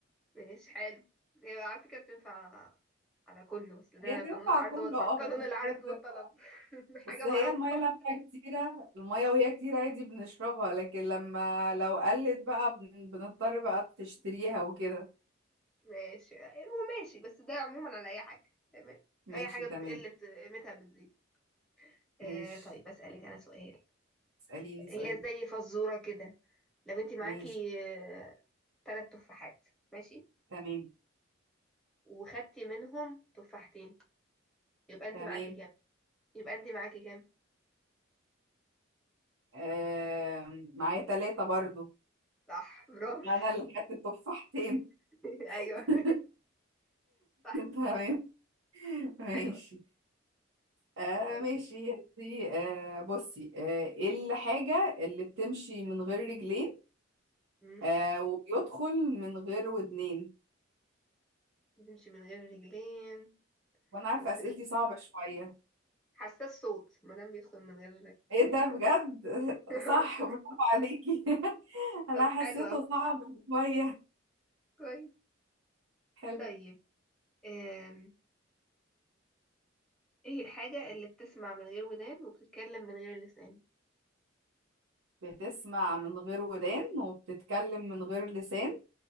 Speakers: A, in the centre; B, on the right (about 85°).
A: ماشي حلو هي على فكرة بتنفع على كله بس ده
B: هي تنفع
A: قانون العرض
B: كله
A: وال...
B: اه
A: قانون
B: بس
A: العرض
B: هي بتبقى
A: والطلب <laughs>
B: بس
A: حاجة
B: هي
A: معروفة
B: المية لما كتيرة المية وهي كتيرة عادي بنشربها لكن لما لو قلت بقى بن- بنضطر بقى تشتريها وكده
A: ماشي هو ماشي بس ده عموما على أي حاجة تمام
B: ماشي
A: أي حاجة
B: تمام
A: بتقل بت... قيمتها بتزيد آه
B: ماشي
A: طيب بسألك أنا سؤال
B: اسأليني سؤال
A: هي زي فزورة كده لو انت معاكي
B: ماشي
A: آه، تلات تفاحات ماشي
B: تمام
A: وخدتي منهم تفاحتين يبقى انت
B: تمام
A: معاكي كام يبقى انت معاكي كام
B: آه معايا ثلاثة برضو
A: صح برافو
B: انا اللي خدت التفاحتين
A: <laughs> ايوه <laughs>
B: <laughs>
A: صح
B: تمام ماشي
A: حلوة
B: آه
A: يلا
B: ماشي دي آه بصي آه ايه الحاجة اللي بتمشي من غير رجلين
A: امم
B: آه وبيدخل من غير ودنين
A: بتمشي من غير رجلين
B: وانا عارفة
A: وبت...
B: اسئلتي صعبة شوية
A: حساس صوت ما دام بيدخل من غير
B: ايه ده بجد
A: <laughs>
B: <laughs> صح برافو عليكي <laughs> انا
A: طب
B: حسيته
A: حلو قوي
B: صعب شوية
A: كويس
B: حلو
A: طيب أم... ايه الحاجة اللي بتسمع من غير ودان وبتتكلم من غير لسان
B: بتسمع من غير ودان وبتتكلم من غير لسان